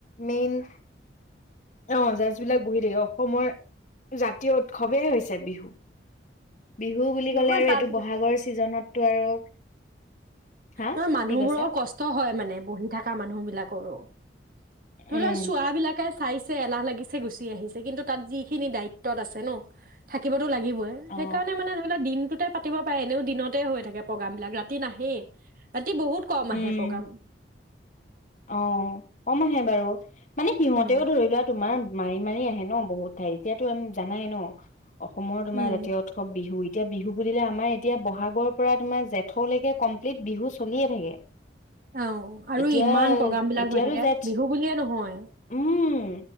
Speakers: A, on the left (about 45°); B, on the right (about 50°).
A: মেইন অ জাৰজ বিলাক বহি থাকে অসমৰ জাতীয় উৎসৱেই হৈছে বিহু বিহু বুলি
B: নহয়
A: ক'লে আৰু
B: তাত
A: এইটো বহাগৰ ছিজনত সেই টো আৰু হা
B: ন মানুহবোৰৰ
A: কি কৈছা
B: কষ্ট হয় মানে বহি থাকা মানুহ বিলাকৰো ধৰি
A: উম
B: লোৱা চুৱা বিলাকে চাইছে এলাহ লাগিছে গুচি আহিছে কিন্তু তাত যিখিনি দায়িত্বত আছে ন থাকিব দিনটো লাগিবই
A: অ
B: সেইকাৰণে মানে ধৰিল ওক দিনটোত তে পাতিব পাৰে এনেও দিনতে হৈ থাকে প্ৰগ্ৰাম বিলাক ৰাতি নাহেই ৰাতি বহুত কম
A: উম
B: আহে প্ৰগ্ৰাম
A: অ কম আহে বাৰু মানে সিহঁতেও
B: উম
A: ধৰি লোৱা তোমাৰ মাৰি মাৰি আহে ন বহুত ঠাইত এতিয়াতো আমি জানাই ন অসমৰ তোমাৰ
B: উম
A: জাতীয় উৎসৱ বিহু এতিয়া বিহু বুলিলে আমাৰ এতিয়া বহাগৰ পৰা তোমাৰ জেঠলৈকে কমপ্লিট বিহু চলিয়ে থাকে
B: <unintelligible>
A: এতিয়া
B: প্ৰগ্ৰাম বিলাক
A: এতিয়াতো
B: হৈ থাকে
A: জেঠ
B: বিহু বুলিয়ে নহয়
A: উম